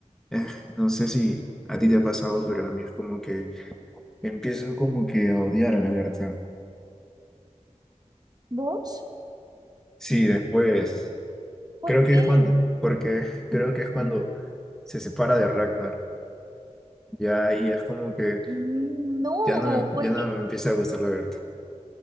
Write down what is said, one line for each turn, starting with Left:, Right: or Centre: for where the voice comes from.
Centre: eh, no sé si a ti te ha pasado, pero a mí es como que empiezo como que a odiar a la Gerta.
Right: ¿Vos?
Centre: Sí, después,
Right: ¿Por
Centre: creo
Right: qué?
Centre: que es cuando, porque creo que es cuando se separa de Ragnar. Ya ahí es como que
Right: No,
Centre: ya no me,
Right: porque
Centre: ya no me empieza a gustar la Berta.